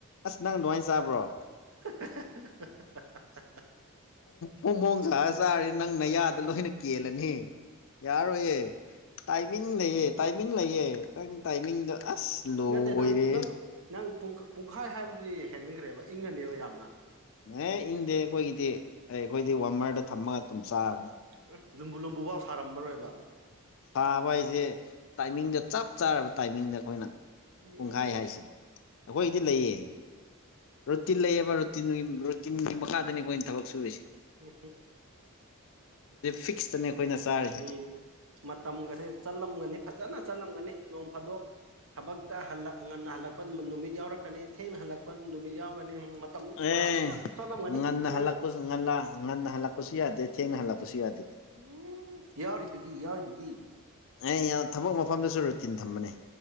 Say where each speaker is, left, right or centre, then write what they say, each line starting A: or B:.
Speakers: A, on the left; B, on the right.
A: ꯑꯁ ꯅꯪ ꯅꯅꯨꯡꯉꯥꯏ ꯆꯥꯕ꯭ꯔꯣ
B: <inaudible>
A: ꯄꯣꯡ ꯐꯣꯡ ꯈꯔ ꯆꯥꯔꯦ ꯅꯪ ꯅꯌꯥꯗ ꯂꯣꯏꯅ ꯀꯦꯜꯂꯅꯤ ꯌꯥꯔꯣꯏꯌꯦꯦ ꯇꯥꯏꯃꯤꯡ ꯂꯩꯌꯦ ꯇꯥꯏꯃꯤꯡ ꯂꯩꯑ ꯅꯪ ꯇꯥꯏꯃꯤꯡꯗꯣ ꯑꯁ ꯂꯣꯏꯔꯦ
B: ꯅꯠꯇꯦ ꯅꯪ ꯅꯪ ꯅꯪ ꯄꯨꯡꯈꯥꯏ ꯍꯥꯏꯕꯗꯨꯗꯤ ꯍꯦꯟꯃꯈ꯭ꯔꯦꯕ ꯏꯪꯉꯅꯦꯕ ꯌꯥꯝꯅ
A: ꯑꯦ ꯏꯪꯗꯦ ꯑꯩꯈꯣꯏꯒꯤꯗꯤ ꯑꯩꯈꯣꯏꯗꯤ ꯋꯥꯔꯃꯔꯗ ꯊꯝꯃꯒ ꯑꯗꯨꯝ ꯆꯥꯕꯅꯤꯅꯦ
B: ꯎ ꯌꯖꯨꯝꯕꯨ ꯂꯨꯝꯕꯨꯐꯥꯎ ꯁꯥꯔꯝꯃꯔꯣꯏꯕ
A: ꯁꯥꯕ ꯍꯥꯏꯁꯦ ꯇꯥꯏꯃꯤꯡꯗꯣ ꯆꯞ ꯆꯥꯔꯕ ꯇꯥꯏꯃꯤꯡꯗ ꯑꯩꯈꯣꯏꯅ
B: ꯎꯝ
A: ꯄꯨꯡꯈꯥꯏ ꯍꯥꯏꯁꯦ ꯑꯩꯈꯣꯏꯒꯤꯗꯤ ꯂꯩꯌꯦ ꯔꯣꯇꯤꯟ ꯂꯩꯌꯦꯕ ꯔꯣꯇꯤꯟ ꯔꯣꯇꯤꯟꯒꯤ ꯃꯈꯥꯗꯅꯤ ꯑꯩꯈꯣꯏꯅ ꯊꯕꯛ ꯁꯨꯔꯤꯁꯦ
B: ꯎ
A: ꯐꯤꯛꯁꯇꯅꯦ ꯑꯩꯈꯣꯏꯅ ꯆꯥꯔꯤꯁꯦ
B: ꯎꯝ ꯃꯇꯝꯒꯁꯦ ꯆꯠꯂꯝꯒꯅꯤ ꯐꯖꯅ ꯆꯠꯂꯝꯒꯅꯤ ꯅꯣꯡ ꯐꯥꯗꯣꯛ ꯊꯕꯛꯇ ꯉꯟꯅ ꯍꯜꯂꯛꯄ ꯅꯨꯃꯤꯠ ꯌꯥꯎꯔꯛ ꯅꯤ ꯊꯦꯡꯅ ꯍꯜꯂꯛꯄ ꯅꯨꯃꯤꯠ ꯌꯥꯎꯒꯅꯤ ꯃꯇꯝ ꯐꯖꯅ
A: ꯑꯦ
B: ꯆꯠꯂꯝꯒꯅꯤ
A: ꯉꯟꯅ
B: ꯅꯪ
A: ꯍꯜꯂꯛꯄꯁꯨ ꯉꯟꯅ ꯉꯟꯅ ꯍꯜꯂꯛꯄꯁꯨ ꯌꯥꯗꯦ ꯊꯦꯡꯅ ꯍꯜꯂꯛꯄꯁꯨ ꯌꯥꯗꯦ
B: ꯎꯝ ꯌꯥꯔꯔꯤꯗꯨꯗꯤ ꯌꯥꯔ ꯑꯗꯨꯗꯤ
A: ꯑꯩ ꯊꯕꯛ ꯃꯐꯝꯗꯁꯨ ꯔꯨꯇꯤꯟ ꯊꯝꯕꯅꯦ